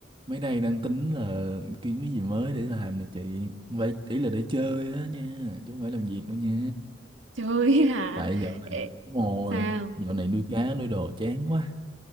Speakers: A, on the right (about 25°); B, on the right (about 85°).
A: Mấy nay đang tính là kiếm cái gì mới để làm nè chị. Vậy ý là để chơi á nha, chứ không phải làm việc đâu nha.
B: Trời hả?
A: Tại dạo này,
B: Ê,
A: đúng rồi,
B: sao?
A: dạo này nuôi cá, nuôi đồ chán quá.